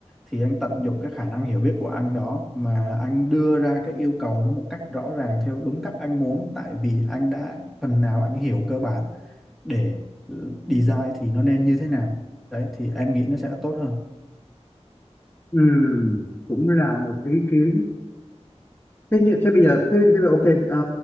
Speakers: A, in the centre; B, on the left.
A: thì anh tận dụng cái khả năng hiểu biết của anh đó mà anh đưa ra cái yêu cầu nó một cách rõ ràng theo đúng cách anh muốn tại vì anh đã phần nào anh hiểu cơ bản để ừ, design thì nó nên như thế nào đấy thì em nghĩ nó sẽ tốt hơn
B: ừ cũng là một ý kiến thế như thế bây giờ thế, thế là ok Ờ,